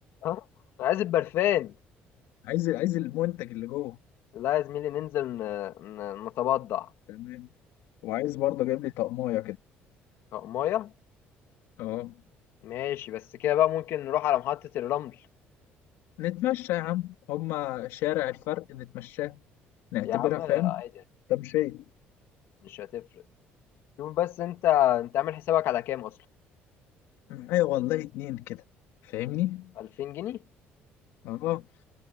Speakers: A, on the left; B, on the left.
A: ها انا عايز البرفان
B: عايز عايز المنتج اللي جوه
A: لا يا زميلي ننزل ن- ن- نتبضع
B: تمام وعايز برضه جايب لي طقمايه كده
A: طب ميه
B: اه
A: ماشي بس كده بقى ممكن نروح على محطة الرمل
B: نتمشى يا عم هما شارع الفرق نتمشاه نعتبرها
A: يا عم
B: فاهم
A: عادي
B: تمشية
A: مش هتفرق شوف بس انت انت عامل حسابك على كام اصلا
B: معايا والله اتنين كده فاهمني
A: 2000 جنيه
B: اه